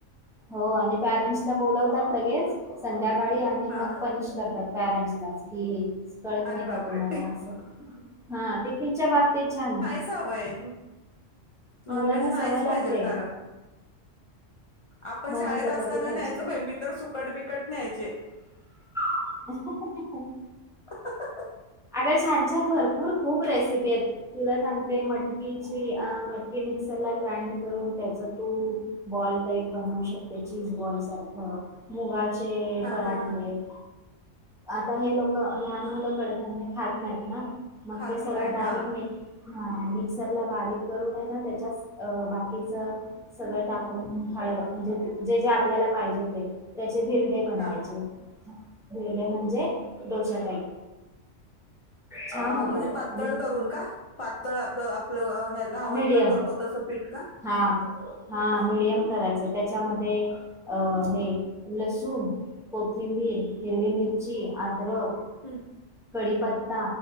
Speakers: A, in the centre; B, on the left.
A: हो आणि पॅरेंट्सला बोलवतात लगेच संध्याकाळी आणि मग
B: हा हा
A: पनिश करतात. पॅरेंट्सलाच की कळत
B: अरे
A: नाय
B: बापरे
A: का तुम्हाला असं हा टिफिनच्या बाबतीत छान आय.
B: सावय नॉनव्हेज
A: मुलांना
B: नायच
A: सवय लागते
B: पाहिजे कारण. आपण
A: भाजी
B: शाळेत
A: चपाती
B: असताना
A: खायची.
B: न्ह्यायचो बाय मी तर सुकट बिकट न्ह्यायचे.
A: <inaudible>
B: <inaudible>
A: अग छान छान भरपूर खूप रेसिपी आयत. तुला सांगते मटकीची अ मटकी मिक्सर ला ग्राईंड करून त्याच तू बॉल टाईप बनवू शकते चीज बॉल सारखं. मुगाचे
B: हा
A: पराठे
B: हा हा
A: आता हे लोक लहान
B: हा
A: मुलं कडधान्य खात नायत ना मग
B: खात
A: ते सगळ
B: नाही
A: डायरेक्ट
B: हा
A: मी हा मिक्सर ला बारीक करूनय हाय ना त्याच्याच बाकीच सगळं टा कुण हळ म्हणजे जे जे आपल्याला पाहिजे ते त्याचे धिरदे बनवायचे.
B: हा
A: धिरडे म्हणजे डोसा टाईप. छान
B: अ
A: होतात
B: म्हणजे पातळ
A: आणि
B: करून का? पातळ आपलं आपलं ह्या घावनला
A: मिडियम
B: करतो तसं पीठ का?
A: हा हा मीडियम करायचं त्याच्यामध्ये अ हे लसूण, कोथिंबीर, हिरवी, मिरची, आद्रक
B: हम्.
A: कडीप ता